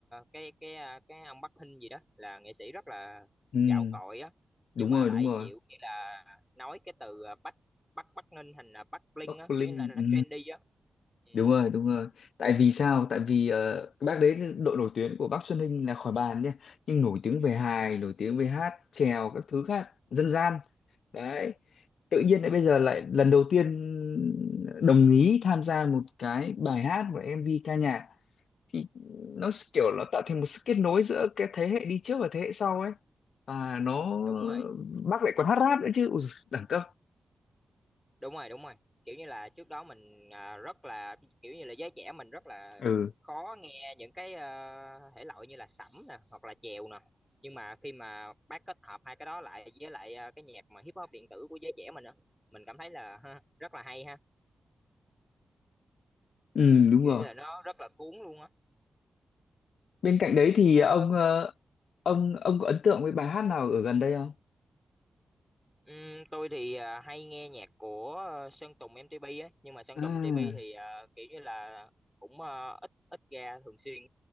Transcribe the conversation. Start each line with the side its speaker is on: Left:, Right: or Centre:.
Centre: cái cái à, cái ông Bắc Hinh gì đó là nghệ sĩ rất là
Left: ừ,
Centre: gạo cội á
Left: đúng
Centre: nhưng mà
Left: rồi
Centre: lại
Left: đúng rồi
Centre: chịu như là nói cái từ à, Bắc Bắc Bắc Ninh thành là Bắc Linh
Left: Bắc
Centre: á
Left: Linh
Centre: kiểu như là nó
Left: ừ,
Centre: trendy á ừ,
Left: đúng rồi đúng rồi tại vì sao tại vì ờ, cái bác đấy độ nổi tiếng của bác Xuân Hinh là khỏi bàn nhé nhưng nổi tiếng về hài nổi tiếng về hát chèo các thứ khác dân gian đấy tự nhiên lại bây giờ lại lần đầu tiên đồng ý tham gia một cái bài hát và MV ca nhạc thì nó kiểu nó tạo thành một sự kết nối giữa cái thế hệ đi trước và thế hệ sau ấy và nó
Centre: đúng rồi
Left: bác lại còn hát rap nữa chứ Ui, dồi, đẳng cấp
Centre: đúng rồi đúng rồi kiểu như là trước đó mình à, rất là kiểu như là giới trẻ mình rất là
Left: ừ
Centre: khó nghe những cái ờ, thể loại như là sẩm nè hoặc là chèo nè nhưng mà khi mà bác kết hợp hai cái đó lại với lại ờ, cái nhạc mà hip hop điện tử của giới trẻ mình á mình cảm thấy là ha, rất là hay ha
Left: ừ đúng
Centre: kiểu
Left: rồi
Centre: như là nó rất là cuốn luôn á
Left: bên cạnh đấy thì
Centre: Ờ,
Left: ờ, ông ờ, ông ông có ấn tượng với bài hát nào ở gần đây không
Centre: ừm, tôi thì ờ, hay nghe nhạc của ờ, Sơn Tùng MTP á nhưng mà Sơn
Left: à
Centre: Tùng MTP thì ờ, kiểu như là cũng ờ, ít ít ra thường xuyên